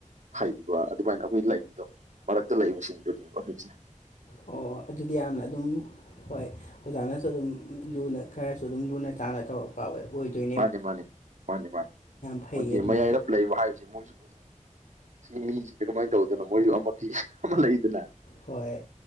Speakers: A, on the right; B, on the left.
A: ꯍꯩꯕ ꯑꯗꯨꯃꯥꯏꯅ ꯑꯈꯣꯏ ꯂꯩꯕꯗꯣ ꯃꯔꯛꯇ ꯂꯩꯕꯁꯤꯡꯗꯨꯅꯤ ꯑꯩꯈꯣꯏꯁꯦ꯫
B: ꯑꯣ ꯑꯗꯨꯗꯤ ꯌꯥꯝꯅ ꯑꯗꯨꯝ ꯍꯣꯏ ꯑꯣꯖꯥꯅꯁꯨ ꯑꯗꯨꯝ ꯂꯨꯅ ꯈꯔꯁꯨ ꯑꯗꯨꯝ ꯂꯨꯅ ꯆꯥꯅ ꯇꯧꯔꯛ ꯄꯥ ꯑꯣꯏ ꯑꯣꯏꯗꯣꯏ
A: ꯃꯥꯅꯤ ꯃꯥꯅꯤ ꯃꯥꯅꯤ ꯃꯥꯅꯤ
B: ꯐꯩꯌꯦ
A: ꯃꯣꯏꯖꯦ
B: ꯑꯗꯨꯃꯥꯏꯅ
A: ꯃꯌꯥꯏꯔꯞ ꯂꯩꯕ ꯍꯥꯏꯕꯁꯤ ꯃꯣꯏꯖꯨ <unintelligible> ꯀꯃꯥꯏ ꯇꯧꯗꯣꯅꯣ ꯃꯣꯏꯖꯨ ꯑꯃꯥꯗꯤ ꯑꯃꯥ ꯂꯩꯗꯅ
B: ꯍꯣꯏ